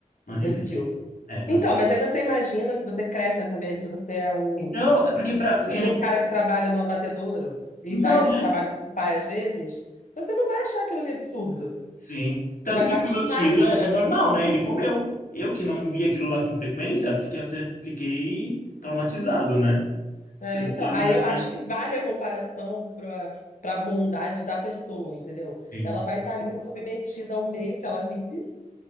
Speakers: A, on the left; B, on the left.
A: mas
B: Decidiu.
A: enfim. É, quando
B: Então, mas aí você imagina se você cresce nessa ambiente, se você é um
A: Então, é porque para, porque
B: filho de
A: nem
B: um cara que trabalha no abatedouro e
A: Então,
B: vai para
A: né?
B: o trabalho do seu pai às vezes, você não vai achar aquilo ali absurdo.
A: Sim. Tanto
B: Você vai
A: que
B: estar
A: pro
B: acostumado,
A: meu tio é,
B: né?
A: é normal, né? Ele comeu. Eu que não vi aquilo lá com frequência, fiquei até- fiquei traumatizado, né?
B: É,
A: Tanto
B: então,
A: que é uma,
B: aí eu
A: né?
B: acho que vale a comparação para para a bondade da pessoa, entendeu?
A: Sim.
B: Ela vai estar ali submetida ao meio que ela vive.